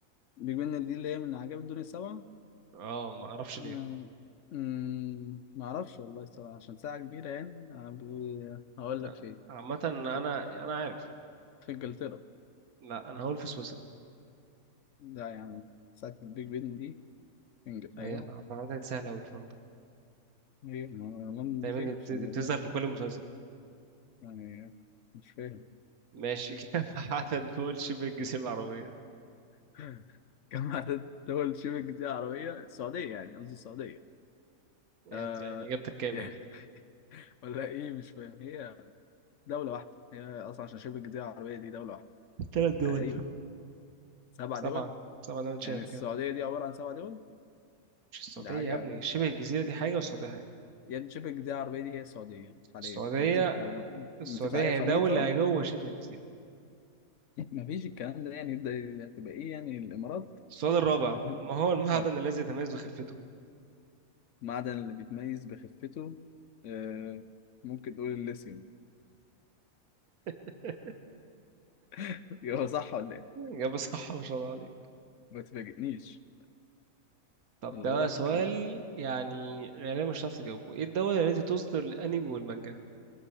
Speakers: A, on the left; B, on the right.
A: بيج بن دي اللي هي من عجائب الدنيا السبعة
B: اه ما اعرفش
A: آه،
B: ليه
A: مم، معرفش والله الصراحة عشان ساعة كبيرة يعني أنا ب- هقول
B: آه،
A: لك فين
B: عامه انا
A: في,
B: انا عارف
A: في إنجلترا
B: لا انا هقول في سويسرا
A: ده يعني ساعة البيج بن دي في إنج... أيوه
B: هي عامه دي سهله قوي في لندن
A: هي ما- لندن
B: تقريبا
A: دي فين
B: دي بت-
A: في
B: دي
A: إنجلترا
B: بتظهر في كل مسلسل
A: يعني مش فاهم
B: ماشي <laughs> كام عدد دول شبه الجزيره العربيه
A: <laughs> كم عدد دول شبه الجزيرة العربية السعودية يعني قصدي السعودية
B: يعني
A: آه
B: اجابتك كام
A: يعني
B: يعني
A: <laughs> ولا إيه مش فاهم هي دولة واحدة هي أصلا عشان شبه الجزيرة العربية دي دولة واحدة
B: ثلاث دول
A: تقريبا سبع
B: سبعه
A: دول
B: سبعه ده مش
A: يعني
B: شايف
A: السعودية
B: كده
A: دي عبارة عن سبع دول
B: مش السعودية
A: دي حاجة
B: يا ابني شبه الجزيرة دي حاجة والسعودية حاجة
A: يان شيبنج دي العربية دي هي السعودية حاليا
B: السعودية
A: لما بتف- أو-
B: السعودية
A: لما تفتح أي
B: هي
A: خريطة
B: دولة جوه شبه الجزيرة
A: <laughs> مفيش الكلام ده يعني يبدأ هتبقى إيه يعني الإمارات
B: السؤال الرابع
A: <laughs>
B: ما هو المعدن
A: آه
B: الذي يتميز بخفته
A: معدن اللي بيتميز بخفته آه ممكن تقول الليثيوم
B: <laughs>
A: <laughs> هو صح ولا إيه؟
B: إجابة صح ما شاء الله عليك
A: ما تفاجئنيش
B: طب
A: خلي
B: ده
A: بالك
B: بقى سؤال يعني غالبا مش هتعرف تجاوبه ايه الدولة التي تصدر الأنمي والمانجا؟